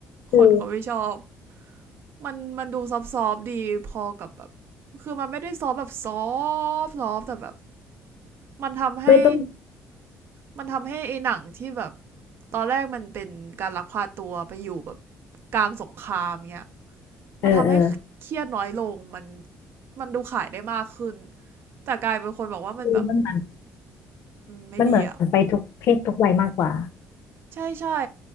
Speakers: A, on the left; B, on the right.
A: คือ
B: <laughs> คนเขาไม่ชอบมันมันดูซอฟๆดีพอกับแบบคือมันไม่ได้ซอฟแบบซอฟซอฟแต่แบบมันทำให้
A: ไม่ต้อง
B: มันทำให้ไอ้หนังที่แบบ ตอนแรกมันเป็นการลักพาตัวไปอยู่แบบกลางสงครามเงี้ย
A: เออเออ
B: มันทำให้เครียดน้อยลงมันมันดูขายได้มากขึ้นแต่กลายเป็นคนบอกว่ามันแบบ
A: คือมันเหมือน
B: ไม่ดีอะ
A: มันเหมือนไปทุกเพศทุกวัยมากกว่า
B: ใช่ใช่